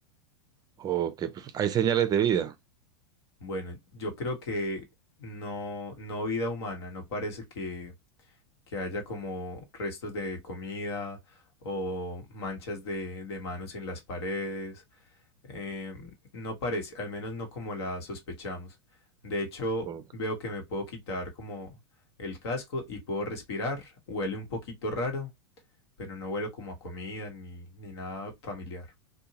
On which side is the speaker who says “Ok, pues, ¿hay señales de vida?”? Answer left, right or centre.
Right